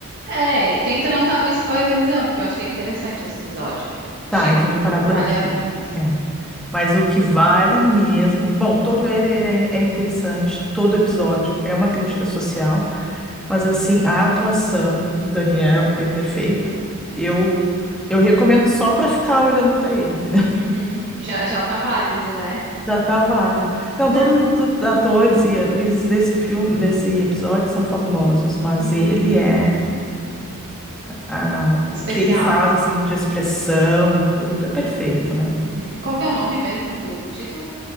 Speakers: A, on the right; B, in the centre.
A: É, tenta não dar um spoilerzão, porque eu achei interessante esse episódio. Achei
B: Tá,
A: que,
B: então vou parar
A: que
B: por
A: vale
B: aqui.
A: a vida.
B: É. Mas o que vale mesmo. Bom, todo ele é, é interessante, todo episódio é uma crítica social, mas assim, a atuação do Daniel é perfeita. Eu, eu recomendo só para ficar olhando para ele, entendeu? <laughs>
A: Uhum. Já, já tá válido, né?
B: Já tá válido. Não,
A: Não.
B: todos os atores e atrizes desse filme, desse episódio são fabulosos, mas
A: Uhum.
B: ele é, ah, ah,
A: Especial.
B: o que ele faz assim de expressão e tudo é perfeito, né?
A: Uhum. Qual que é o nome mesmo do título